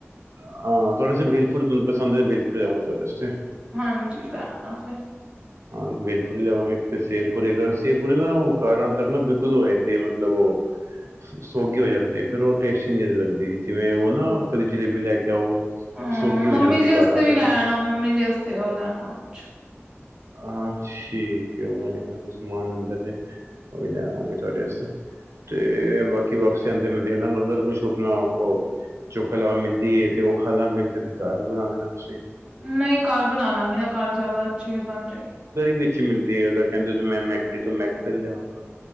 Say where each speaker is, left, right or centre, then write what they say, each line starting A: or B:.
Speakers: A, on the right; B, on the right.
A: ਹਾਂ ਤੁਹਾਡੇ ਵਾਸਤੇ ਬੇਲਪੁਰ ਤੁਹਾਨੂੰ ਪੰਸਦ ਏ, ਬੇਲਪੁਰੀ ਲੈ ਆਵਾ ਤਾਡੇ ਵਾਸਤੇ।
B: ਹਾਂਜੀ, ਲੈ ਆਨਾ ਫਿਰ।
A: ਹਾਂ ਬੇਲਪੁਰੀ ਲਵਾਂਗੇ ਸੇਵਪੁਰ ਸੇਵਪੂਰੀ ਨਾ ਕਰ ਆਣ ਤਕ ਨਾ ਬ ਦੋਂ ਜਾਂਦੀ ਏ ਮਤਲਬ ਉਹ। ਸੌਗੀ ਹੋ ਜਾਂਦੀ ਹੈ ਫਿਰਰ ਉਹ ਟੇਸਟੀ ਨਈ ਲਗਦੀ ਜਿਵੇਂ ਉਹ ਨਾ ਕਦੇ ਜਲੇਬੀ ਲੈ ਕੇ ਆਓ।
B: ਹਮ
A: ਸੋਗੀ ਹੋ
B: ਮੰਮੀ
A: ਜਾਂਦੀ
B: ਜੀ
A: ਕਾਰਾਂ
B: ਵਾਸਤੇ ਵੀ
A: ਤੱਕ
B: ਲੈ
A: ਨਾ
B: ਆਣਾ ਮੰਮੀ ਜੀ ਵਾਸਤੇ ਉਹ ਲੈਣਾ ਕੁਛ।
A: ਹਾ ਠੀਕ ਹੈ ਉਹ ਮੈਂ ਲਿਖਣਾ ਕੁ ਸਮਾਨ ਅੰਦਰ ਤੇ ਹੋ ਜਾਵਾਂਗੇ ਤੁਹਾਡੇ ਅਸਤੇ। ਤੇ ਬਾਕੀ ਵਾਪਸ ਆਉਂਦੇ ਮੈਂ ਦੇਖਦਾ ਅਗਰ ਕੁਛ ਆਪਣਾ ਉਹ। ਚੁੱਕੋ ਲਾਵਾ ਮਿਲਦੀ ਹੈ ਤੇ ਉਹ ਖਾ ਲਾਂਗੇ ਤੇ ਫਿਰ ਕਰ ਬਣਾ ਲੈਣਾ ਤੁਸੀਂ।
B: ਨਹੀਂ ਘਰ ਬਣਾ ਲਾਂਗੇ ਨਾ ਘਰ ਜ਼ਿਆਦਾ ਅੱਛੇ ਬਣ ਜਾਏ।
A: ਵਿੱਚ ਹੀ ਮਿਲਦੀ ਹੈ ਕਹਿੰਦੇ ਮੈਂਬਰੀ ਤੋਂ ਮੈਕਸਰ ਲਿਆਵਾਂਗਾ।